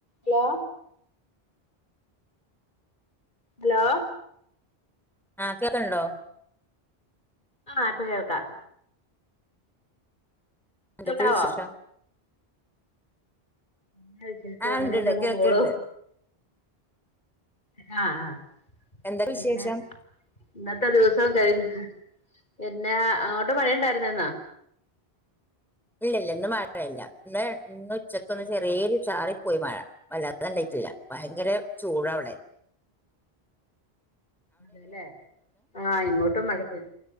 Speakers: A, on the left; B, in the centre.
A: Hello hello
B: ങാ കേക്കണൊണ്ടോ
A: ങാ ഇപ്പൊ കേൾക്കാം
B: എന്തൊക്കെയാ
A: കേൾക്കാവോ
B: വിശേഷം
A: എന്താ വിശേഷം
B: ആഹ്
A: അങ്ങനെയൊക്കെയങ്ങ്
B: ഉണ്ട്ണ്ട് കേൾക്കണ്ട്
A: പോണു ങാ ങാ
B: എന്തൊക്കെ
A: പിന്നങ്ങനെ
B: വിശേഷം
A: ഇന്നത്തെ ദിവസോം കഴിഞ്ഞ് പിന്നെ അങ്ങോട്ട് ഇവിടെ മഴയുണ്ടായിരുന്നന്നാ
B: ഇല്ലല്ല ഇന്ന് മഴയില്ല ഇന്ന് ഇന്ന് ഉച്ചക്ക് ഒന്ന് പേരിനു ചാറിപ്പോയി മഴ വല്ലാത അത്ണ്ടായിട്ടില്ല ഭയങ്കര ചൂട അവടെ
A: അതേല്ലേ ങാ ഇങ്ങോട്ടും മഴ പെയ്തി